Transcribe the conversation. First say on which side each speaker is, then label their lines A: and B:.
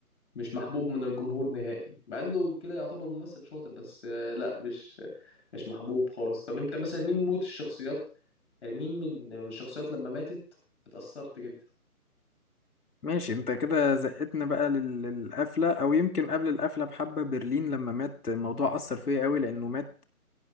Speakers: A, on the left; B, on the left.
A: مش محبوب من الجمهور نهائي مع انه كده يعتبر ممثل شاطر بس آه، لا مش مش محبوب خالص طب انت مثلا مين موت الشخصيات يعني مين من من الشخصيات لما ماتت اتأثرت جدا
B: ماشي انت كده زقتنا بقى لل- للقفلة او يمكن قبل القفلة بحبة برلين لما مات الموضوع أثر فيا قوي لأنه مات